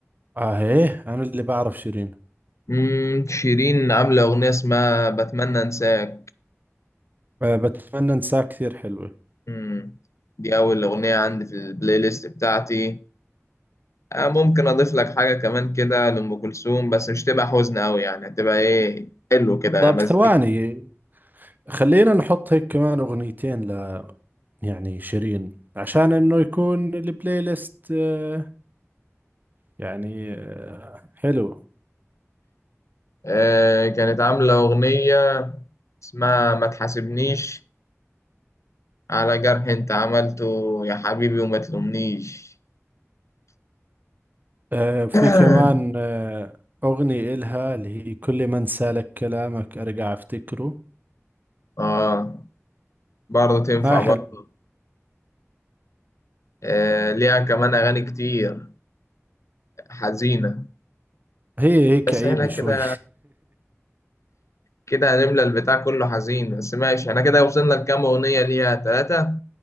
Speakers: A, on the right (about 40°); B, on the left (about 75°).
A: اه هيه انا اللي بعرف شيرين
B: مم شيرين عاملة أغنية اسمها بتمنى أنساك
A: آه بتمنى انساك كثير حلوة
B: مم دي أول أغنية عندي في البلاي ليست بتاعتي آه، ممكن اضيف لك حاجه كمان كده لام كلثوم بس مش تبقى حزن قوي يعني هتبقى ايه حلو كده
A: طب
B: مزيكا
A: ثواني خلينا نحط هيك كمان اغنيتين يعني شيرين عشان انه يكون البلاي ليست آه، يعني آه، حلو
B: آه كانت عامله اغنيه اسمها ما تحاسبنيش على جرح انت عملته يا حبيبي وما تلومنيش
A: آه، في
B: <clears throat>
A: كمان آه، أغنية إلها اللي هي كل من سالك كلامك أرجع أفتكره
B: اه برضه تنفع
A: هاي حلو
B: برضه آه ليها كمان اغاني كتير حزينه
A: هي هي كئيبة
B: بس احنا كده
A: شوي
B: كده هنملى البتاع كله حزين بس ماشي احنا كده وصلنا لكام اغنيه ليها ثلاثه